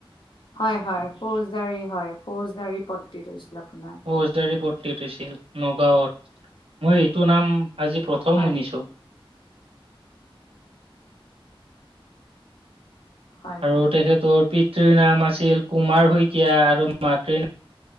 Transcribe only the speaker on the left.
হয়, হয় ফৌজদাৰি হয়, ফৌজদাৰী পট্টিত হৈছিল আপোনাৰ।
হয়
হয়
হয়